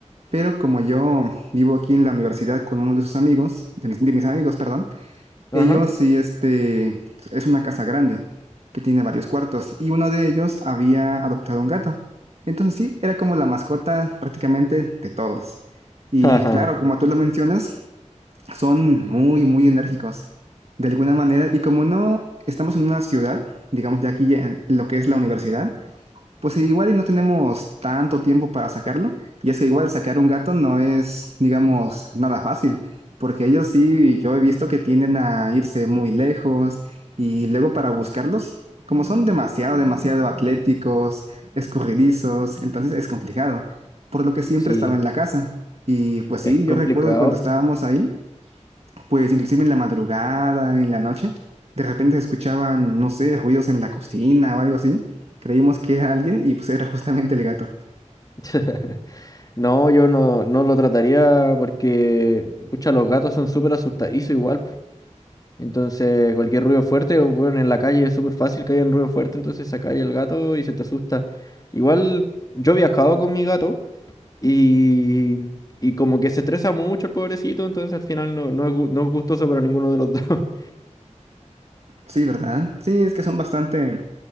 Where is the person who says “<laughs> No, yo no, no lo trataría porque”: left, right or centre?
Left